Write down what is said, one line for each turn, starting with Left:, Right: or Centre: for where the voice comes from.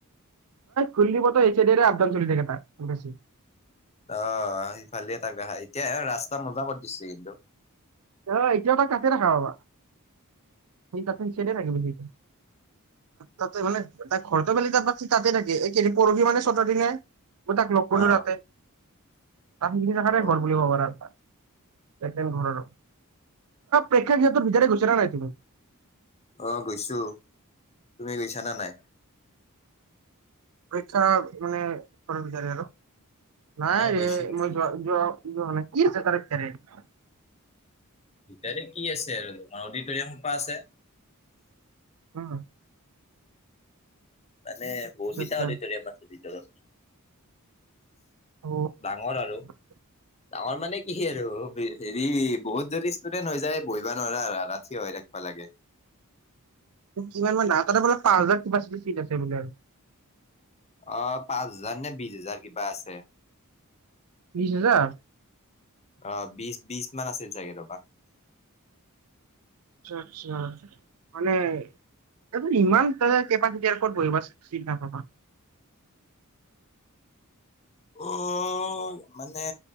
Right: কুলদীপ হঁতৰ এইছিদে আড্ডা চলি থাকে <unintelligible>
Left: অ', সিফালে তাক আহা, এতিয়া ৰাস্তা মজা কৰি দিছে কিন্তু।
Right: অ', এতিয়াও তাক তাতে দেখা পাবা, তাতে হেইছাইদে থাকে বেছি। তাতে মানে তাক ঘৰতে বেলি তাত তাতে থাকে এয়েই পৰহি মানে চতদি ন <unintelligible> তাক লগ কৰিলোঁ
Left: অ
Right: তাতে, <unintelligible>
Left: অ
Right: ঘৰ বুলি কব পাৰ তাৰ ঘৰ আৰু। প্ৰেক্ষা সিহঁতৰ ভিতৰে গৈছা নাই তুমি?
Left: অ', গৈছোঁ। তুমি গৈছানে নাই?
Right: পীক্ষা মানে প বিচাৰ <unintelligible> আৰু
Left: অ
Right: নাই ৰে
Left: গৈছো গৈছো
Right: মই যোৱা-যোৱা যুৱাহুৱানাই। মানে কি আছে তপাৰে <unintelligible>
Left: ভিতৰৰ কি আছে আৰু, তোমাৰ অডিটৰিয়াম সোপা আছে।
Right: উম।
Left: মান
Right: আচ্ছা
Left: বহুত কেটাও
Right: আচ্ছা
Left: অদিতৰিৱাম আছে ভিতৰত।
Right: অ
Left: ডাঙৰ আৰু।
Right: <inaudible>
Left: ডাঙৰ মানে কি আৰু হেৰি বহুত যদি ষ্টুডেন্ট হৈ যায় বহিবা নোৱাৰা আৰু থিয় হৈ থাকিবা লাগে।
Right: কিমান মান ডাঙৰ, তাতে বোলে পাঁচ হাজাৰ কোচিটি চিট আছে বোলে?
Left: অ', পাঁচ হাজাৰ নে বিশ হাজাৰ কিবা আছে।
Right: বিশ হেজাৰ?
Left: অ', বিশ-বিশ মান আছিল চাগে ৰবা।
Right: আচ্ছা-আচ্ছা। মানে এইটো ইমান ত কেপাচিটি আৰু ক'ত বহিবা চিত নাপাবা?
Left: অ', মানে